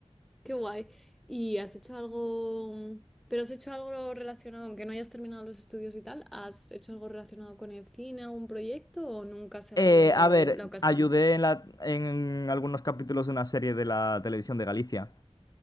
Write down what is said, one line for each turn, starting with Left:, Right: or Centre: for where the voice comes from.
Centre: qué guay. ¿Y has hecho algo, mm, pero has hecho algo relacionado, aunque no hayas terminado los estudios y tal, ¿has hecho algo relacionado con el cine, algún proyecto o nunca se ha
Left: Eh,
Centre: dado
Left: a ver,
Centre: la ocasión?
Left: ayudé en, la- en algunos capítulos de una serie de la televisión de Galicia.